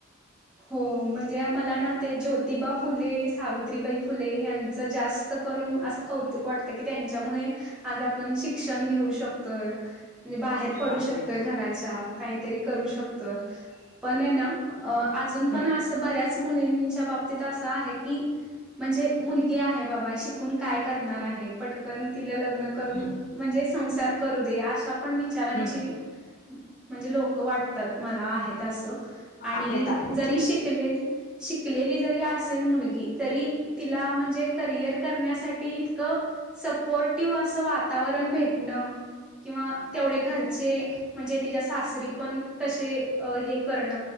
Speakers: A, in the centre; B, on the left.
A: हो म्हणजे मला ना ते ज्योतिबा फुले सावित्रीबाई फुले यांचं जास्त करून असं कौतुक वाटतं की त्यांच्यामुळे आज आपण शिक्षण घेऊ शकतोय. म्हणजे बाहेर पडू
B: अगदी
A: शकतोय घराच्या काहीतरी करू शकतोय पण आहे ना अ अजून
B: हम्म
A: पण असं बऱ्याच मुली मुलींचा बाबतीत अस आहे की म्हणजे मुलगी आहेबाबा शिकून काय करणार आहे पट तिला लग्न करून
B: हम्म
A: म्हणजे संसार करू दे अशा पण विचारांची.
B: हम्म
A: म्हणजे लोक वाटतात मला आहेत असं. आणि
B: आहेत आहे.
A: जरी शिकलेल शिकलेली जरी असेल मुलगी तरी तिला म्हणजे करिअर करण्यासाठी इतकं सपोर्टिव्ह अस. वातावरण भेटणं. किंवा तेवढे घरचे म्हणजे तिच्या सासरी पण तसे हे करण